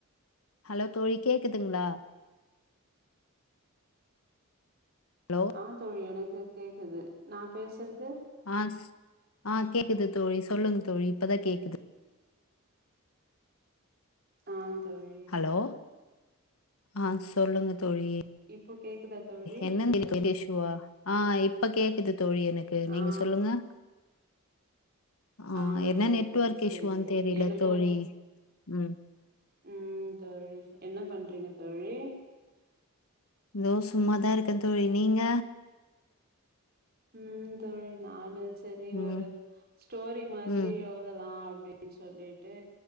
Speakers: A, on the left (about 70°); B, on the right (about 45°).
A: ஹலோ தோழி கேக்குதுங்களா ஹலோ
B: ஆ தோழி எனக்கு கேக்குது நா பேசுறது
A: ஆஸ் ஆ கேக்குது தோழி சொல்லுங்க தோழி இப்பதா கேக்குது
B: ஆ தோழி
A: ஹலோ ஆ சொல்லுங்க தோழி
B: இப்போ கேக்குதா தோழி
A: என்னன் <unintelligible> இஷ்ஷூவா ஆ இப்ப கேக்குது தோழி எனக்கு நீங்க
B: ஆ
A: சொல்லுங்க ஆஹ்
B: ஆமா
A: என்ன
B: தோழி
A: நெட்ஒர்க்
B: செரி
A: இஸுவான்னு
B: செரி
A: தெரில
B: எனக்கு
A: தோழி ம்
B: ம் தோழி என்ன பண்றீங்க தோழி
A: தோ சும்மாதா இருக்கே தோழி நீங்க
B: ம் தோழி நானு சரி
A: ம்
B: ஒரு ஸ்டோரி மாதிரி
A: ம்
B: ஓ அதலா அப்டின்னு சொல்லிட்டு